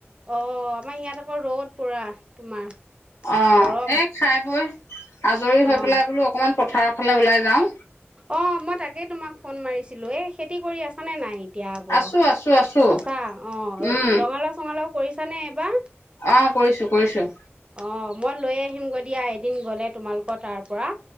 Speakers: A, on the right; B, on the left.
A: অ' আমাৰ ইয়াত আকৌ ৰ'দ পুৰা তোমাৰ।
B: অ
A: গৰম।
B: এ খাই বৈ আজৰি হৈ
A: অ'
B: পেলাই বোলো অকণমান পথাৰৰ ফালে ওলাই যাওঁ।
A: অ মই তাকেই তোমাক ফোন মাৰিছিলো এ খেতি কৰি আছ নে নাই? এতিয়া আকৌ
B: আছো আছো আছো
A: আছা অ
B: উম
A: ৰঙালাও চঙালাও কৰিছ নে এইবাৰ?
B: অ কৰিছো কৰিছো।
A: অ মই লৈ আহিমগৈ দিয়া এদিন গ'লে তোমালোকৰ তাৰ পৰা।